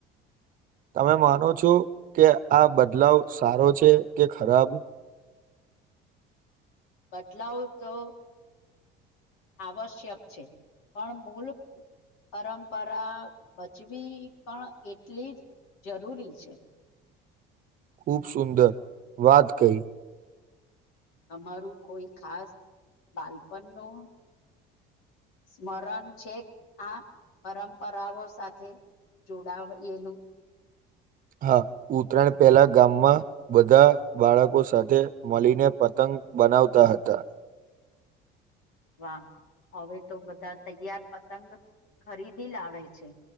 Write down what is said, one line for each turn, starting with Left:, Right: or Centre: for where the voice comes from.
Right: તમે માનો છો કે આ બદલાવ સારો છે કે ખરાબ
Left: બદલાવ તો આવશ્યક છે પણ ભૂલ પરંપરા બચવી પણ એટલી જ જરૂરી છે
Right: ખૂબ સુંદર વાત કઈ
Left: તમારું કોઈ ખાસ બાલપણ નો સ્મરણ છે આ પરંપરાઓ સાથે જોડાવ એલું
Right: હા ઉતરાયણ પહેલા ગામમાં બધા બાળકો સાથે મળીને પતંગ બનાવતા હતા
Left: વાહ હવે તો બધા તૈયાર પતંગ ખરીદી લાવે છે